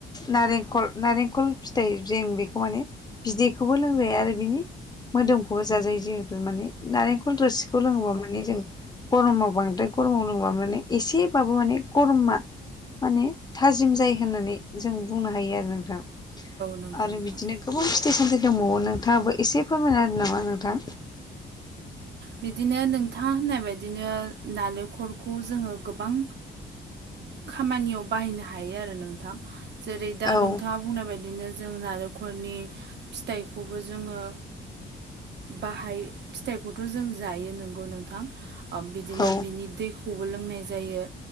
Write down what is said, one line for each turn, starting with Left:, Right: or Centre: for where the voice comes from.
Left: नारेंखल-नारेंखल फिथाइ जों बेखौ माने बिदैखौबो लोंजायो आरो बिनि मोदोमखौबो जाजायो जिहेतु माने नारेंखल रोसि खौ लोङोबा माने जों गरमाव बांद्राय गरमाव लोंङोबा माने एसेबाबो माने गरमा माने थाजिम जायो होननानै जों बुंनो हायो आरो नोंथां।
Right: नंगौ
Left: आरो
Right: नोंथां
Left: बिदिनो गोबां फिथाइ सामथाय दंबावो नोंथाङाबो एसे फोरमायना होनो नामा नोंथां।
Right: बिदिनो नोंथाङा होननाय बायदिनो नालेरखौ जोङो गोबां खामानियाव बाहायनो हायो आरो नोंथां जेरै दा
Left: औ
Right: नोंथाङा बुंनाय बायदिनो जों नालेंखलनि फिथाइखौबो जोङो बाहाय फिथाइखौथ' जों जायो नोंगौ नोंथां। ओबिदिनो
Left: औ
Right: बिनि दैखौबो लोंनाय जायो।